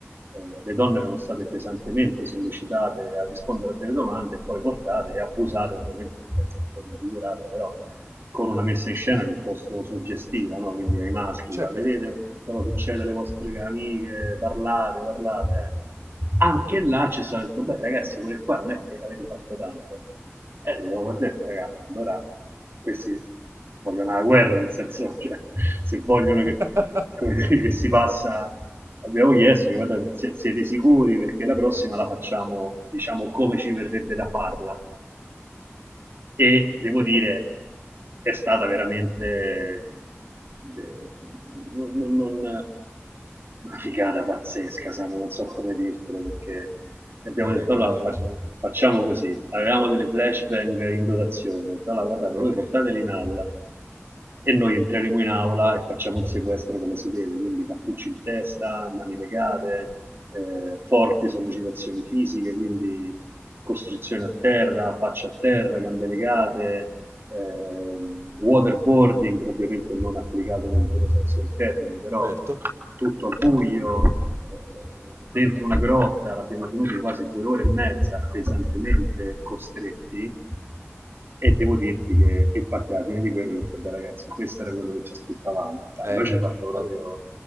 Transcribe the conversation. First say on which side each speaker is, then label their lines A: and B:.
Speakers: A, on the right; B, on the right.
A: Eh, le donne erano state pesantemente sollecitate a rispondere a delle domande e poi portate e abusate ovviamente in forma figurata, però con una messa in scena piuttosto suggestiva, no? quindi ai maschi,
B: certo.
A: cioè, vedete cosa succede alle vostre amiche, parlate, parlate. eh. Anche là ci stato detto, beh ragazzi, quelle qua non è che avete fatto tanto. E eh, abbiamo detto, ragazzi, allora questi vogliono la guerra, nel senso, cioè, se vogliono
B: <laughs>
A: che, come dire, che si passa abbiamo chiesto, guardate, se- siete sicuri perché la prossima la facciamo, diciamo, come ci verrebbe da farla. E devo dire, è stata veramente... eh, non- non- non- una figata pazzesca, Samu, non so come dirtelo perché abbiamo
B: Eh,
A: detto allora
B: immagino.
A: fa- facciamo così, avevamo delle flashbang in dotazione, ho detto allora guardate
B: Ok,
A: voi portateli in aula e noi entreremo in aula e facciamo un sequestro come si deve, quindi cappucci in testa, mani legate, eh, forti sollecitazioni fisiche, quindi costrizione a terra, faccia a terra, gambe legate, eh, waterboarding, ovviamente non applicato nel vero senso del termine, però
B: certo.
A: tutto a buio, eh, dentro una grotta, l'abbiamo tenuti quasi due ore e mezza pesantemente costretti e devo dirti che infatti alla fine di quello ho detto beh ragazzi questo era quello che ci aspettavamo Beh,
B: Eh,
A: noi ci ha fatto proprio
B: ave-